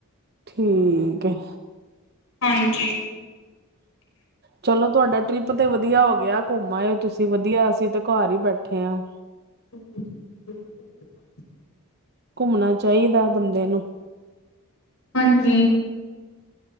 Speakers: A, on the right (about 45°); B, on the left (about 65°).
A: ਠੀਕ ਐ।
B: ਹਾਂਜੀ
A: ਚਲੋ ਤੁਹਾਡਾ ਟ੍ਰਿਪ ਤੇ ਵਧੀਆ ਹੋ ਗਿਆ ਘੁੰਮ ਆਏ ਤੁਸੀਂ ਵਧੀਆ ਅਸੀਂ ਤੇ ਘਰ ਹੀ ਬੈਠੇ ਹਾਂ।
B: <inaudible>
A: ਘੁੰਮਣਾ ਚਾਈਦਾ ਬੰਦੇ ਨੂੰ
B: ਹਾਂਜੀ